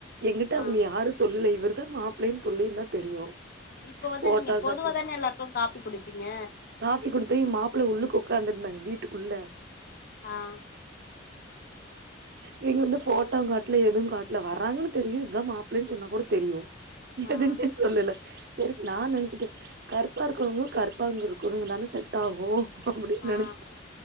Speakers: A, on the right; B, on the left.
A: என்கிட்ட
B: ஆ
A: அவங்க யாரு சொல்‌ல இவர்தா மாப் பிள்ளேனு சொல்லியிருந்தா தெரியு
B: இப்ப வந்து
A: போட்டோ
B: நீங்க பொதுவ
A: காட்ல
B: தானே எல்லாருக்கு காப்பி குடுப்பீங்க
A: ப்பி குடுத்து மாப்புள்ள உள்ளுக்கு உக்காந்துருந்தாங்க வீட்டுக்குள்ள
B: ஆஹ்
A: நீங்க வந்து போட்டாவு காட்டல எதுவு காட்டல வராங்கன்னு தெரியு இதுதா மாப்ளன்னு சொன்னா கூட தெரியு
B: ஆ
A: எதுவுமே சொல்லல சேரி நா நெனச்சிட்டே கருப்பா இருக்கிறவங்க கருப்பாங்க இருக்கிறவங்க தானே செட் ஆகு அப்டின்னு
B: ஆ
A: நெனைச்சிட்டு